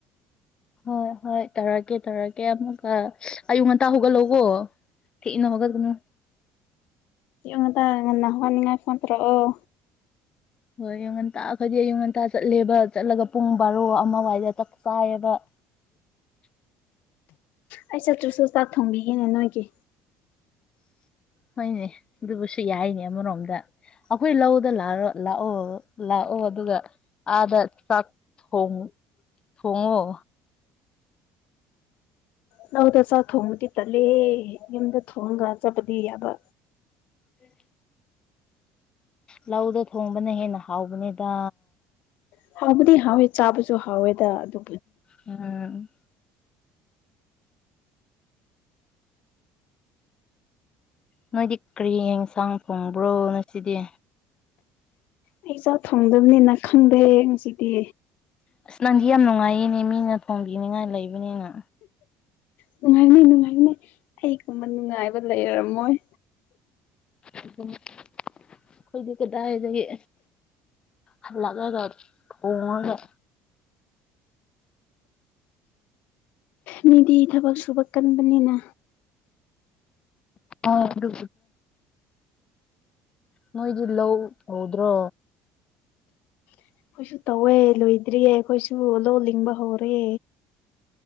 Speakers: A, on the left (about 30°); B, on the left (about 70°).
A: ꯍꯣꯏ ꯍꯣꯏ ꯇꯥꯔꯛꯀꯦ ꯇꯥꯔꯛꯀꯦ ꯑꯃꯨꯛꯀ ꯑꯌꯨꯛ ꯉꯟꯇꯥ ꯍꯧꯒꯠꯂꯧꯕꯣ ꯏꯟꯅ ꯍꯒ ꯑꯗꯨꯅꯣ
B: ꯉꯗ ꯅꯉꯅꯤꯡꯉꯥꯏ ꯐꯣꯟ ꯇꯔꯣ ꯑꯣ
A: ꯍꯣꯏ ꯌꯨ ꯉꯟꯇꯥꯈꯗꯤ ꯑꯩꯌꯨ ꯉꯟꯇꯥ ꯆꯠꯂꯦꯕ ꯆꯠꯂꯒ ꯄꯨꯡ ꯕꯥꯔꯣ ꯑꯃꯋꯥꯏꯗ ꯆꯥꯛ ꯆꯥꯏꯌꯦꯕ <unintelligible>
B: ꯑꯩ ꯆꯠꯇ꯭ꯔꯁꯨ ꯆꯥꯛ ꯊꯣꯡꯕꯤꯒꯦꯅꯦ ꯅꯣꯏꯒꯤ
A: ꯍꯣꯏꯅꯦ ꯑꯗꯨꯕꯨꯁꯨ ꯌꯥꯏꯅꯦ ꯑꯃꯔꯣꯝꯗ ꯑꯩꯈꯣꯏ ꯂꯧꯗ ꯂꯥꯛꯔꯣ ꯂꯥꯛꯑꯣ ꯂꯥꯛꯑꯣ ꯑꯗꯨꯒ ꯑꯥꯗꯥꯛ ꯊꯣꯡꯉ ꯊꯣꯡꯉꯣ
B: ꯅꯗ ꯆ ꯊ ꯍꯣꯡꯉꯇꯤ ꯇꯂꯦ ꯌꯦꯗ ꯊ ꯍꯣꯡꯉ ꯆꯄꯗꯤ ꯌꯥꯕ
A: ꯎꯝ ꯂꯧꯗꯣ ꯊꯣꯡꯕꯅ ꯍꯦꯟꯅ ꯍꯥꯎꯕꯅꯤꯗ
B: ꯍꯥꯎꯕꯗꯤ ꯍꯥꯎꯋꯦ ꯆꯥꯕꯁꯨ ꯍꯥꯎꯋꯦꯗ ꯑꯗꯨ
A: ꯎꯝ ꯅꯣꯏꯗꯤ ꯀꯔꯤ ꯌꯦꯟꯁꯥꯡ ꯐꯣꯡꯕ꯭ꯔꯣ ꯅꯁꯤꯗꯤ
B: ꯑꯩ ꯆꯥꯛ ꯊꯣꯡꯗꯕꯅꯤꯅ ꯈꯪꯗ꯭ꯔꯦꯌꯦ ꯉꯁꯤꯗꯤ
A: ꯑꯁ ꯅꯪꯗꯤ ꯌꯥꯝ ꯅꯨꯡꯉꯥꯏꯌꯦꯅꯦ ꯃꯤꯅ ꯊꯣꯡꯕꯤꯅꯤꯉꯥꯏ ꯂꯩꯕꯅꯤꯅ
B: ꯅꯨꯡꯉꯥꯏꯅꯩ ꯅꯨꯡꯉꯥꯏꯅꯩ ꯑꯩꯒꯨꯝꯕ ꯅꯨꯡꯉꯥꯏꯕ ꯂꯩꯔꯝꯃꯣꯏ
A: ꯑꯗꯨꯝ ꯑꯩꯈꯣꯏꯗꯤ ꯀꯗꯥꯏꯒꯦ ꯑꯂꯒꯒ ꯊꯉꯒꯦ
B: ꯃꯤꯗꯤ ꯊꯕꯛ ꯁꯨꯕ ꯀꯥꯟꯄꯅꯤꯅ
A: ꯑꯗꯦ ꯅꯣꯏꯗ ꯂ ꯍꯧꯗ꯭ꯔꯣ
B: ꯑꯩꯈꯣꯏꯁꯨ ꯇꯧꯋꯦ ꯂꯣꯏꯗ꯭ꯔꯤꯌꯦ ꯑꯩꯈꯣꯏꯁꯨ ꯂꯣ ꯂꯤꯡꯕ ꯍꯧꯔꯦ